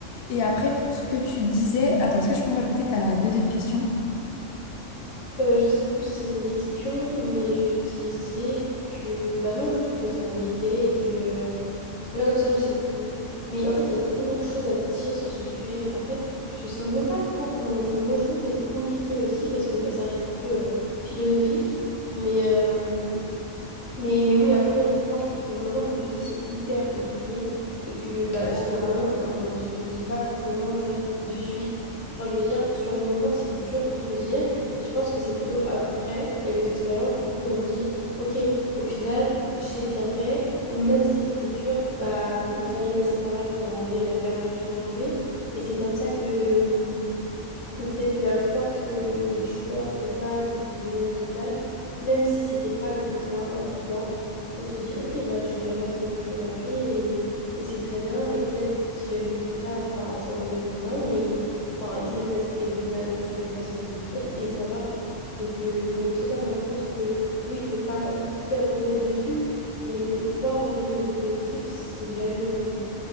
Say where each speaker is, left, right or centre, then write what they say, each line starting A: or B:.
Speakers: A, on the left; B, on the left.
A: Et après pour ce que tu disais, attends, est-ce que tu peux me répéter ta deuxième question?
B: Euh, je sais plus si c'était une question, mais je disais que, bah non, juste que ça m'aidait et que, euh, Là, comme ça, je sais plus. Mais en fait, il y a tellement de choses à dire sur ce sujet. Enfin, en fait, je saurais même pas trop comment mettre les mots. Je trouve que c'est compliqué aussi parce que bah, ça reste un peu euh, philosophique. Mais, euh, mais, mais oui, après, je pense que sur le moment, comme tu dis, c'est hyper compliqué et que bah, généralement, on ne se le dit pas forcément, tu vois, de suite. Enfin, je veux dire, sur le moment, c'est dur de se le dire et je pense que c'est plutôt après, et avec l'expérience, du coup, on se dit, OK, au final, j'ai bien fait ou même si c'était dur, bah, il fallait passer par là pour arriver là où j'en suis aujourd'hui et c'est comme ça que, hum, que peut-être que à force que des choix se passent et que des événements se passent, même si c'était pas le bon choix en soi, on se dit ok bah je suis la personne que je suis aujourd'hui et, et c'est très bien et peut-être que si j'avais fait ça, enfin ça aurait été autrement, mais enfin il s'est passé au final ce que je pensais être le pire et ça va. Donc euh, donc je sais pas, moi je pense que oui il faut pas tout faire reposer dessus, mais que croire en quelque chose de positif c'est jamais mauvais.